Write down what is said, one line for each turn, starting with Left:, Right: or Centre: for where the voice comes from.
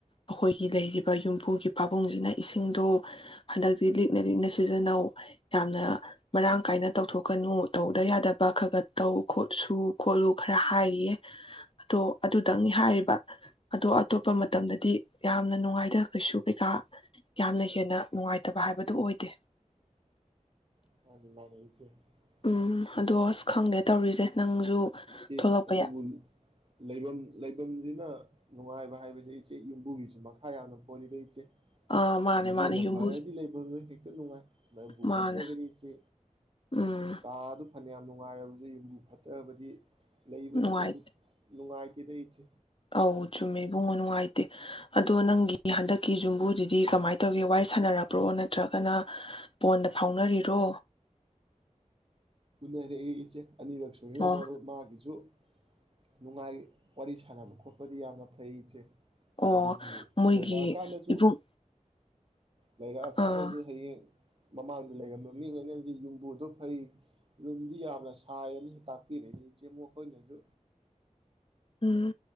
Left: ꯑꯩꯈꯣꯏ ꯂꯩꯔꯤꯕ ꯌꯨꯝꯕꯨꯒꯤ ꯄꯥꯕꯨꯡꯁꯤꯅ ꯏꯁꯤꯡꯗꯣ ꯍꯟꯗꯛꯇꯤ ꯂꯤꯛꯅ ꯂꯤꯛꯅ ꯁꯤꯖꯤꯟꯅꯧ ꯌꯥꯝꯅ ꯃꯔꯥꯡ ꯀꯥꯏꯅ ꯇꯧꯊꯣꯛꯀꯅꯨ ꯇꯧꯗ ꯌꯥꯗꯕ ꯈ ꯈ ꯇꯧ ꯈꯣꯠꯁꯨ ꯈꯣꯠꯂꯨ ꯈꯔ ꯍꯥꯏꯔꯤꯌꯦ ꯑꯗꯣ ꯑꯗꯨꯗꯪꯅꯤ ꯍꯥꯏꯔꯤꯕ ꯑꯗꯣ ꯑꯇꯣꯞꯄ ꯃꯇꯝꯗꯗꯤ ꯌꯥꯝꯅ ꯅꯨꯡꯉꯥꯏꯗ ꯀꯩꯁꯨ ꯀꯩꯀꯥ ꯌꯥꯝꯅ ꯍꯦꯟꯅ ꯅꯨꯡꯉꯥꯏꯇꯕ ꯍꯥꯏꯕꯗꯨ ꯑꯣꯏꯗꯦ
Right: <unintelligible>
Left: ꯎꯝ ꯑꯗꯣ ꯑꯁ ꯈꯪꯗꯦ ꯇꯧꯔꯤꯁꯦ ꯅꯪꯁꯨ
Right: ꯏꯆꯦ
Left: ꯊꯣꯛꯂꯛꯄ
Right: ꯑꯗꯨꯕꯨ
Left: ꯌꯥ
Right: ꯂꯩꯚꯝ ꯂꯩꯚꯝꯁꯤꯅ ꯅꯨꯡꯉꯥꯏꯕ ꯍꯥꯏꯕꯁꯦ ꯏꯆꯦ ꯌꯨꯝꯕꯨꯒꯤꯁꯨ ꯃꯈꯥ ꯌꯥꯝꯅ ꯄꯣꯜꯂꯤꯗ ꯏꯆꯦ
Left: ꯑꯥ ꯃꯥꯅꯦ
Right: ꯌꯨꯝꯕꯨꯅ
Left: ꯃꯥꯅꯦ ꯌꯨꯝꯕꯨ
Right: ꯐꯔꯗꯤ ꯂꯩꯚꯝ ꯗꯣ ꯍꯦꯛ ꯅꯨꯡꯉꯥꯏ ꯃꯍꯕꯨ
Left: ꯃꯥꯅꯦ
Right: ꯐꯠꯇꯔꯒꯗꯤ ꯏꯆꯦ
Left: ꯎꯝ
Right: ꯀꯥ ꯑꯗꯨ ꯐꯅꯌꯥꯝ ꯅꯨꯡꯉꯥꯏꯔꯕꯁꯨ ꯌꯨꯝꯕꯨ ꯐꯠꯇ꯭ꯔꯕꯗꯤ ꯂꯩꯕꯗ
Left: ꯅꯨꯡꯉꯥꯏ
Right: ꯀꯩꯁꯨ ꯅꯨꯡꯉꯥꯏ ꯇꯦꯗ ꯏꯆꯦ
Left: ꯑꯧ ꯆꯨꯝꯃꯦ ꯏꯕꯨꯡꯉꯣ ꯅꯨꯡꯉꯥꯏꯇꯦ ꯑꯗꯣ ꯅꯪꯒꯤ ꯍꯟꯗꯛꯀꯤ ꯌꯨꯝꯕꯨꯗꯨꯗꯤ ꯀꯃꯥꯏꯅ ꯇꯧꯒꯦ ꯋꯥꯔꯤ ꯁꯥꯟꯅꯔꯕꯣ ꯅꯠꯇ꯭ꯔꯒꯅ ꯐꯣꯟꯗ ꯐꯥꯎꯅꯔꯤꯔꯣ
Right: ꯃꯔꯦ ꯏꯆꯦ ꯑꯅꯤꯔꯛ ꯁꯨ ꯍꯨꯅ
Left: ꯑꯣ
Right: ꯃꯥꯒꯤꯁꯨ ꯅꯨꯡꯉꯥꯏ ꯋꯥꯔꯤ ꯁꯥꯟꯅꯕ ꯈꯣꯠꯄꯗꯤ ꯌꯥꯝꯅ ꯐꯩ ꯏꯆꯦ
Left: ꯑꯣ
Right: ꯑꯗꯨꯕꯨ
Left: ꯃꯣꯏꯒꯤ
Right: ꯂꯩꯔꯛꯑꯀꯥꯟꯗꯁꯨ
Left: ꯏꯕꯨꯡ
Right: ꯂꯩꯔꯛꯑꯀꯥꯟꯗꯁꯨ
Left: ꯑꯥ
Right: ꯍꯌꯦꯡ ꯃꯃꯥꯡꯗ ꯂꯩꯔꯝꯕ ꯃꯤꯉꯩꯅꯕꯨꯗꯤ ꯌꯨꯝꯕꯨꯗꯣ ꯐꯩ ꯔꯨꯝꯗꯤ ꯌꯥꯝꯅ ꯁꯥꯏꯌꯦꯅ ꯇꯥꯛꯄꯤꯔꯛꯏꯅꯦ ꯏꯆꯦꯃꯣ ꯑꯩꯈꯣꯏꯅꯁꯨ
Left: ꯎꯝ